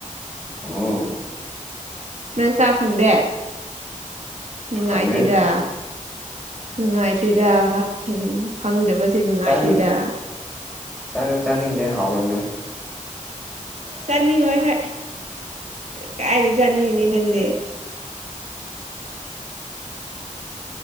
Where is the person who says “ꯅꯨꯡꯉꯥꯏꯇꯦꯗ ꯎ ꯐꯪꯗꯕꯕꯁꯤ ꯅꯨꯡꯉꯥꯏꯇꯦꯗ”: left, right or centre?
Right